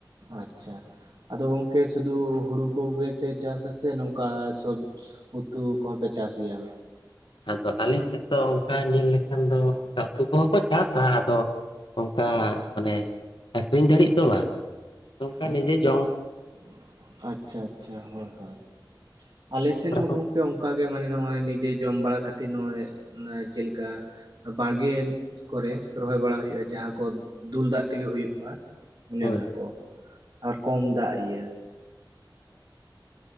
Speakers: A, on the right (about 55°); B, on the left (about 80°).
A: ᱟᱪᱪᱷᱟ ᱟᱫᱚ ᱜᱚᱝᱠᱮ ᱥᱩᱫᱩ ᱦᱩᱲᱩ ᱠᱚᱜᱮᱯᱮ ᱪᱟᱥᱟ ᱥᱮ ᱱᱚᱝᱠᱟ ᱥᱚᱵ ᱩᱛᱩ ᱠᱚᱦᱚᱸᱯᱮ ᱪᱟᱥ ᱜᱮᱭᱟ?
B: ᱟᱫᱚ ᱟᱞᱮ ᱥᱮᱜ ᱫᱚ ᱚᱱᱠᱟ ᱧᱮᱞ ᱞᱮᱠᱷᱟᱱ ᱫᱚ ᱩᱱᱠᱩ ᱠᱚᱦᱚᱸ ᱠᱚ ᱪᱟᱥᱟ ᱟᱫᱚ ᱚᱝᱠᱟ ᱢᱟᱱᱮ ᱟᱠᱷᱨᱤᱧ ᱫᱟᱲᱤᱜ ᱫᱚ ᱵᱟᱝ᱾ ᱚᱱᱠᱟ
A: ᱟᱪ-ᱟᱪᱪᱷᱟ
B: ᱱᱤᱡᱮ ᱡᱚᱢ
A: ᱟᱪᱪᱷᱟ ᱦᱳᱭ ᱦᱳᱭ᱾ ᱟᱞᱮ
B: ᱡᱚᱛᱚ
A: ᱥᱮᱱ
B: ᱨᱚᱠᱚᱢ
A: ᱦᱚᱸ ᱜᱚᱝᱠᱮ ᱚᱱᱠᱟᱜ ᱜᱮ ᱢᱟᱱᱮ ᱱᱚᱜᱼᱚᱭ ᱱᱤᱡᱮ ᱡᱚᱢ ᱵᱟᱲᱟ ᱠᱷᱟᱹᱛᱤᱨ ᱱᱚᱜᱼᱚᱭ ᱪᱮᱞᱮᱠᱟ ᱵᱟᱲᱜᱮ ᱠᱚᱨᱮ ᱨᱚᱦᱚᱭ ᱵᱟᱲᱟ ᱦᱳᱭᱳᱜᱼᱟ ᱡᱟᱦᱟᱸ ᱠᱚ ᱫᱩᱞ ᱫᱟᱜ ᱛᱮᱜᱮ ᱦᱳᱭᱳᱜ ᱢᱟ᱾ ᱚᱱᱮ
B: ᱦᱳᱭ
A: ᱚᱱᱠᱟ
B: ᱦᱳᱭ
A: ᱠᱚ ᱟᱨ ᱠᱚᱢ
B: ᱦᱳᱭ,
A: ᱫᱟᱜ
B: ᱟᱪᱪᱷᱟ ᱟᱪᱪᱷᱟ
A: ᱤᱭᱟᱹ
B: ᱟᱪᱪᱷᱟ᱾